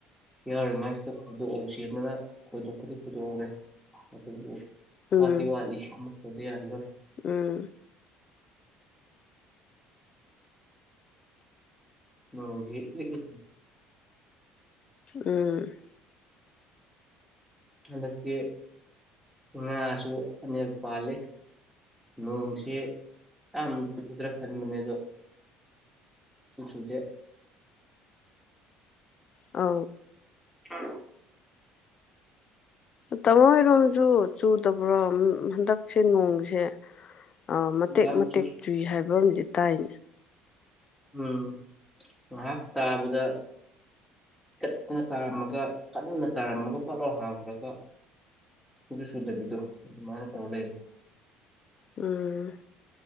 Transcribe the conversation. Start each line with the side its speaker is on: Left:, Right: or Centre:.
Centre: ꯌꯥꯎꯔꯤꯉꯥꯏꯁꯤꯗ ꯈꯣꯏꯗꯣꯛꯍꯧ ꯆꯦꯗꯅ ꯈꯣꯏꯗꯣꯛꯄꯗꯤ ꯈꯣꯏꯗꯣꯛꯍꯧꯔꯦ ꯑꯗꯨꯕꯨ
Left: ꯎꯝ
Centre: ꯋꯥꯇꯤ ꯋꯥꯠꯂꯤ ꯑꯃꯨꯛꯛꯇꯗ ꯌꯥꯖꯔꯣꯏ
Left: ꯎꯝ
Centre: ꯅꯣꯡꯁꯤ ꯂꯤꯛꯂꯤ
Left: ꯎꯝ
Centre: ꯍꯟꯗꯛꯛꯇꯀꯤ ꯉꯥꯁꯨ ꯑꯅꯦꯛ ꯄꯥꯜꯂꯤ ꯅꯣꯡꯁꯤ ꯌꯥꯝ ꯆꯨꯗ꯭ꯔꯥ ꯈꯟꯕꯅꯦ ꯑꯗꯣ ꯁꯨ ꯆꯨꯗꯦ
Left: ꯑ
Centre: ꯑ
Left: ꯇꯃ ꯔꯝꯖꯨ ꯆꯨꯗꯕ꯭ꯔꯣ ꯍꯟꯗꯛ ꯁꯤ ꯅꯣꯡꯁꯦ ꯑ ꯃꯇꯦꯛ
Centre: ꯌꯥꯝ
Left: ꯃꯇꯦꯛ
Centre: ꯆꯨ
Left: ꯆꯨꯏ ꯍꯥꯏꯕ ꯑꯝ ꯇꯟ
Centre: ꯎꯝ ꯉꯥꯏꯍꯥꯛ ꯇꯥꯕꯗ ꯀꯠꯇꯅ ꯇꯥꯔꯝꯃꯒ ꯀꯟꯅ ꯇꯥꯔꯝꯃꯒ ꯄꯣꯠꯂꯥꯎ ꯍꯥꯡꯈ꯭ꯔꯒ ꯁꯨ ꯁꯨꯗꯕꯤꯗꯣ ꯑꯗꯨꯃꯥꯏꯅ ꯇꯧ ꯂꯩꯔꯦ
Left: ꯎꯝ